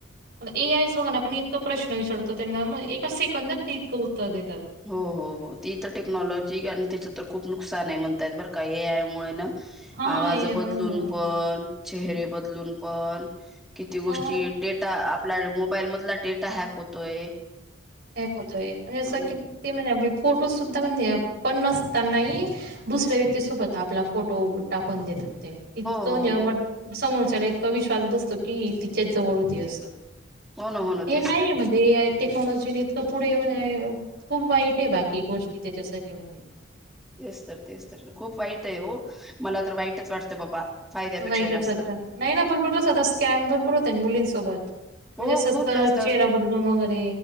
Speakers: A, on the right; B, in the centre.
A: ए आयस बघा ना आपण इतकं प्रश्न विचारतो त्यांना एका सेकंदात ते इतकं देतात.
B: हो हो हो ती तर टेक्नॉलॉजी आणि त्याच तर खूप नुकसान आहे म्हणतायत बरं का हे यामुळे ना
A: हा
B: आवाज
A: ए आय मुळे
B: बदलून
A: ना.
B: पण चेहरे बदलून पण किती
A: हो.
B: गोष्टी डेटा आपला मोबाईल मधला डेटा हॅक होतोय
A: एक होतोय म्हणजे असं
B: हो
A: किती म्हणजे अ फोटो सुद्धा म्हणजे पण नसतानाही दुसऱ्या व्यक्तीसोबत आपला फोटो टाकून देत इतकं
B: हो हो
A: समोरच्याला इतका विश्वास बसतो की तिच्याच जवळ होती असं
B: हो ना हो ना
A: हे
B: तेच
A: नाहीये
B: तर
A: मज टेक्नॉलॉजीने इतकं पुढे म्हणजे खूप वाईट आहे बाकी गोष्टी त्याच्यासाठी म्हणजे
B: तेच तर तेच तर खूप वाईट आहे हो मला तर वाईटच वाटतं बाबा फायद्यापेक्षा
A: वाई
B: जास्त
A: त्याचत नाही ना भरपूर बसत आता स्कॅम भरपूर होत ना मुलींसोबत म्हणजे
B: हो
A: असत
B: खूप जास्त
A: चेहरा बदलून वगैरे